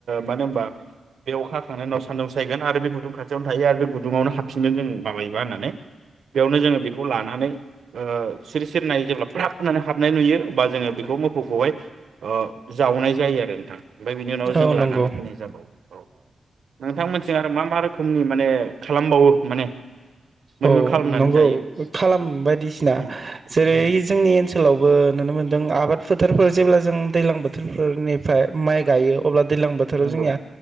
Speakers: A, on the right; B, on the right.
A: मानो होमबा बे अखा हाखांनायनि उनाव सान्दुं सायगोन आरो बे गुदुं खाथियावनो थायो आरो बे गुदुङावनो हाबफिनगोन जों माबायो लानानै बेयावनो जोङो बेखौ लानानै ओ सिरि सिरि नायो जेब्ला फोननानै हाबनाय नुयो बा जोङो बेखौ मोफ खौहाय जावनाय जायो आरो ओ नोंथां ओमफ्राय बिनि उनाव
B: औ
A: जों लानानै
B: नंगौ
A: फैनाय जाबाव औ नोंथां मोन थिं आरो मा मा रोखोमनि माने खालामबावो माने मैहुर
B: औ
A: खालामनानै
B: नंगौ
A: जायो
B: खालाम बायदिसिना
A: उम
B: जेरै
A: उम
B: जोंनि ओन सोलावबो नुनो मोन्दों आबाद फोथारफोर जेब्ला जों दैज्लां बोथोर फोरनिफ्राय माइ गायो अब्ला दैज्लां बोथोराव
A: नंगौ
B: जोंनिया